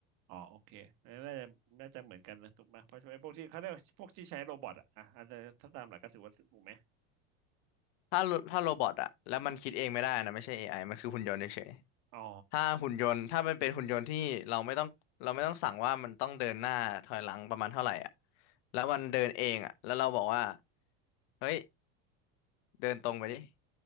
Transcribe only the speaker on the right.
อ๋อโอเคอันนี้น่าจะน่าจะเหมือนกันนะถูกไหมเพราะไอ้พวกที่เขาเรียกว่าพวกที่ใช้โรบอทอะอ่ะอาจจะถ้าตามหลักก็ถือว่าถูกไหม
อ๋อ